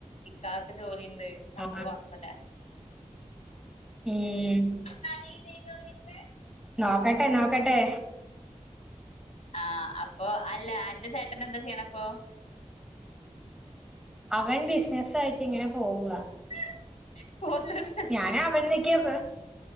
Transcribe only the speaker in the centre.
ആഹ്
ഉം
നോക്കട്ടെ നോക്കട്ടേ
അവൻ ബിസിനസ് ആയിട്ട് ഇങ്ങനെ പോവാ
ഞാന അവൻ ന്നൊക്കെ